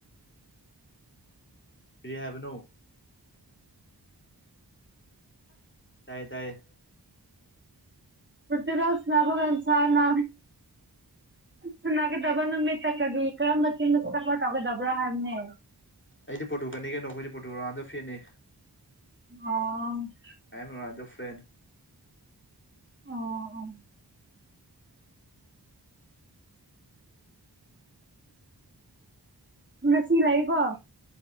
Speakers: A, on the left; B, on the right.
A: ꯄꯦ ꯍꯥꯏꯦꯕꯅꯣ ꯇꯥꯏ ꯇꯥꯏꯌꯦ
B: ꯄꯣꯔꯇꯨꯒꯜ ꯁꯅꯥꯈꯣ ꯁꯥ ꯅ ꯁꯥꯅꯒꯗꯥꯕ ꯅꯨꯃꯤꯠꯇ ꯀꯔꯤ ꯀꯔꯝꯕ ꯇꯤꯝꯘ ꯁꯥꯄꯣꯔꯠ ꯇꯧꯒꯗꯕ꯭ꯔ ꯍꯥꯏꯕꯅꯦ
A: ꯑꯩꯗꯤ ꯄꯣꯔꯇꯨꯒꯜꯅꯤ ꯀꯩꯅꯣ ꯑꯩꯈꯣꯏꯗꯤ ꯄꯣꯔꯇꯨꯒꯜ ꯔꯣꯅꯜꯗꯣ ꯐꯦꯠꯅꯤ
B: ꯑ
A: ꯑꯑꯦꯝ ꯔꯣꯅꯜꯗꯣ ꯐꯦꯟ
B: ꯑꯣ ꯑꯣ
A: ꯎꯝ ꯎꯝ <inaudible>
B: ꯉꯥꯁꯤ ꯂꯩꯌꯦꯀꯣ